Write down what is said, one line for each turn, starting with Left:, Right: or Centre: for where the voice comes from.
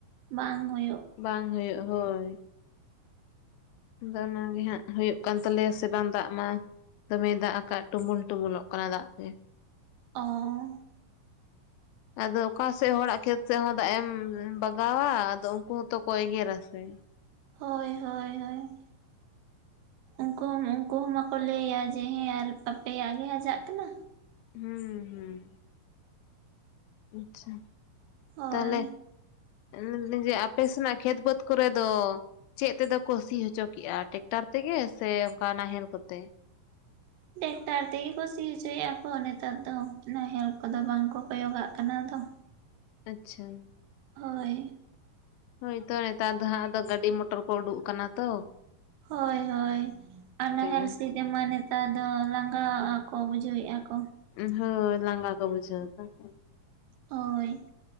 Right: ᱵᱟᱝ ᱦᱳᱭᱳᱜ ᱾
Left: ᱵᱟᱝ ᱦᱳᱭᱳᱜ, ᱦᱳᱭ ᱾ ᱟᱫᱚ ᱚᱱᱟᱜᱮ ᱦᱟᱸᱜ ᱦᱳᱭᱳᱜ ᱠᱟᱱ ᱛᱟᱞᱮᱭᱟ ᱥᱮ ᱵᱟᱝ ᱫᱟᱜ ᱢᱟ ᱫᱚᱢᱮ ᱫᱟᱜ ᱠᱟᱜ ᱴᱩᱢᱩᱞ ᱴᱩᱢᱩᱞᱚᱜ ᱠᱟᱱᱟ ᱫᱟᱜ ᱛᱮ ᱾
Right: ᱚ--ᱚᱝ᱾
Left: ᱟᱫᱚ ᱚᱠᱟ ᱥᱮᱜ ᱦᱚᱲᱟᱜ ᱠᱷᱮᱛ ᱥᱮᱜ ᱦᱚᱸ ᱫᱟᱜ ᱮᱢ ᱵᱟᱜᱟᱣᱟ ᱟᱫᱚ ᱩᱱᱠᱩ ᱦᱚᱸᱛᱚ ᱠᱚ ᱮᱜᱮᱨᱟ ᱥᱮ ᱾
Right: ᱦᱳᱭ- ᱦᱳᱭ -ᱦᱳᱭ ᱾ ᱩᱱᱠᱩ ᱦᱚᱸ ᱩᱱᱠᱩ ᱦᱚᱸ ᱢᱟᱠᱚ ᱞᱟᱹᱭᱟ ᱡᱮ ᱦᱮᱸ ᱟᱨ ᱟᱯᱮᱭᱟᱜ ᱜᱮ ᱦᱟᱡᱟᱜ ᱠᱟᱱᱟ ᱾
Left: ᱦᱩ- ᱦᱩᱸ ᱾ ᱟᱪ-ᱪᱷᱟ,
Right: ᱦᱳᱭ
Left: ᱛᱟᱞᱦᱮ ᱢᱮᱫᱟᱹᱧ ᱡᱮ ᱟᱯᱮ ᱥᱮᱱᱟᱜ ᱠᱷᱮᱛ ᱵᱟᱹᱫᱽ ᱠᱚᱨᱮ ᱫᱚ ᱪᱮᱜ ᱛᱮᱫᱚ ᱠᱚ ᱥᱤ ᱦᱚᱪᱚ ᱠᱮᱜᱼᱟ ᱴᱮᱠᱴᱟᱨ ᱛᱮᱜᱮ ᱥᱮ ᱚᱱᱠᱟ ᱱᱟᱦᱮᱞ ᱠᱚᱛᱮ?
Right: ᱴᱮᱠᱴᱟᱨ ᱛᱮᱜᱮ ᱠᱩ ᱥᱤ ᱦᱚᱪᱚᱭᱮᱜ ᱟᱠᱚ ᱱᱮᱛᱟᱨ ᱫᱚ ᱱᱟᱦᱮᱞ ᱠᱚᱫᱚ ᱵᱟᱝ ᱠᱚ ᱠᱚᱭᱚᱜᱟᱜ ᱠᱟᱱᱟ ᱟᱫᱚ ᱾
Left: ᱟᱪ-ᱪᱷᱟ ᱾
Right: ᱦᱚᱭ ᱾
Left: ᱦᱳᱭᱛᱚ ᱱᱮᱛᱟᱨ ᱫᱚ ᱦᱟᱸᱜ ᱫᱚ ᱜᱟᱹᱰᱤ ᱢᱚᱴᱚᱨ ᱠᱚ ᱩᱰᱩᱜ ᱠᱟᱱᱟ ᱛᱚ ᱾
Right: ᱦᱳᱭ -ᱦᱳᱭ, ᱟᱨ ᱱᱟᱦᱮᱞ
Left: ᱜᱮ
Right: ᱥᱤ ᱡᱮᱢᱟ ᱱᱮᱛᱟᱨ ᱫᱚ ᱞᱟᱸᱜᱟ ᱟᱠᱚ ᱵᱩᱡᱷᱟᱹᱣᱮᱜᱼᱟ ᱟᱠᱚ ᱾
Left: ᱩᱸ ᱦᱳᱭ ᱞᱟᱸᱜᱟ ᱠᱚ ᱵᱩᱡᱟᱹᱣᱫᱟ ᱾
Right: ᱦᱳᱭ,